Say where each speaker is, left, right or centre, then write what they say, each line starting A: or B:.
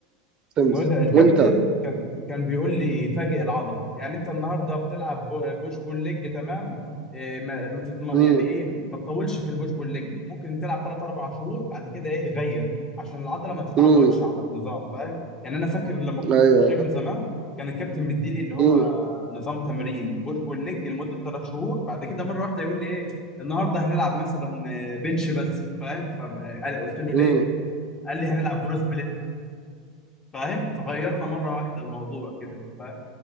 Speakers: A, on the right (about 35°); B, on the left (about 25°).
A: السمس
B: اسمه ايه ده الكابتن
A: وأنت
B: كان كان بيقول لي فاجئ العضله يعني انت النهارده بتلعب بو- بوش بول ليج تمام إيه ما ما تتم...
A: امم
B: يعني ايه ما تطولش في البوش بول ليج ممكن تلعب 3 4 شهور بعد كده ايه غير عشان العضله ما تتعودش
A: امم
B: على النظام فاهم يعني انا فاكر لما كنت
A: ايوه
B: في الجيم زمان كان الكابتن مديلي اللي هو
A: امم
B: نظام تمرين بوش بول ليج لمده 3 شهور بعد كده مره واحده يقول لي ايه النهارده هنلعب مثلا آه، بنش بس فاهم فقلت له ليه
A: امم
B: قال لي هنلعب بروس فاهم فغيرنا مره واحده الموضوع كده فاهم